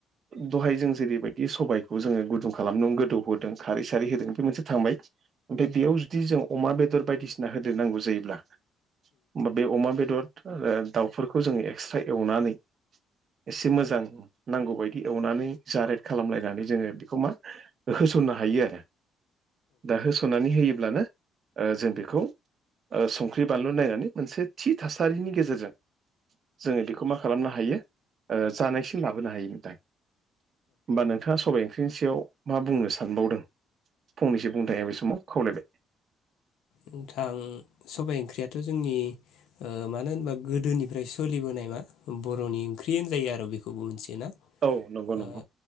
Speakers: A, on the right; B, on the left.
A: दहाय जों जेरैबायदि सबाइखौ जोङो गुदुं खालामदों गोदौ होदों खारै सारै होदों बे मोनसे थांबाय ओमफ्राय बेयाव जुदि जों अमा बेदर बायदिसिना होदेरनांगौ जायोब्ला होमा बे अमा बेदर दाउफोरखौ जोङो एक्सट्रा एवनानै एसे मोजां नांगौबायदि एवनानै जारेट खालामलायनानै जोङो बेखौ मा होसननो हायो दा होसननानै होयोब्लानो ओ जों बेखौ ओ संख्रि बानलु नायनानै मोनसे थि थासारिनि गेजेरजों जोङो बेखौ मा खालामनो हायो ओ जानायसिम लाबोनो हायो नोंथां होमबा नोंथाङा सबाइ ओंख्रिनि सायाव मा बुंनो सानबावदों फंनैसो बुंनो थाखाय आं बे समाव खावलायबाय
B: नोंथां सबाइ ओंख्रियाथ' जोंनि ओ मानो होनबा गोदोनिफ्राय सोलिबोनाय मा बर'नि ओंख्रियानो होनजायो आरो बेखौबो मोनसे ना
A: औ नंगौ नंगौ
B: ओ